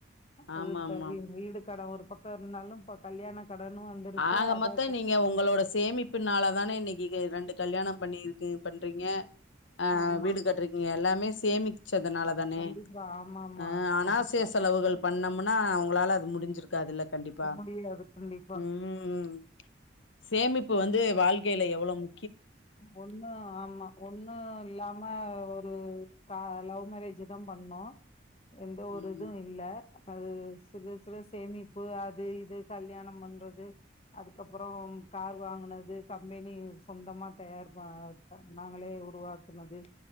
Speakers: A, on the left; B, on the left.
A: ஆமா
B: அதுப்பவி
A: ஆமா
B: வீடு கடன் ஒரு பக்கம் இருந்தாலும் ப கல்யாண கடனு வந்துருச்சு
A: ஆக
B: அத
A: மத்தம் நீங்க உங்களோட சேமிப்புனால தானே இன்னைக்கு ரெண்டு கல்யாணம் பண்ணிருக்கு பண்றீங்க ஆ
B: ஆமா
A: வீடு கட்றீங்க எல்லாமே சேமிச்சதுனால தானே
B: கண்டிப்பா ஆமா ஆமா
A: அ அனாசிய
B: கண்டிப்பா
A: செலவுகள் பண்ணோம்னா ஒங்களால அது முடிஞ்சிரு அதுல்ல கண்டிப்பா
B: முடியாது கண்டிப்பா
A: ம் சேமிப்பு வந்து வாழ்கையில எவ்ளோ மு
B: ஒண்ணு ஆமா ஒன்னு இல்லாம ஒரு சா லவ் மேரேஜ் தான் பண்ணோம் எந்த ஒரு
A: ம்
B: இதும் இல்ல அது சிறு சிறு சேமிப்பு அது இது கல்யாணம் பண்றது அதுக்கப்புறம் கார் வாங்குனது கம்பெனி சொந்தமா தயார் ப அ நாங்களே உருவாக்குனது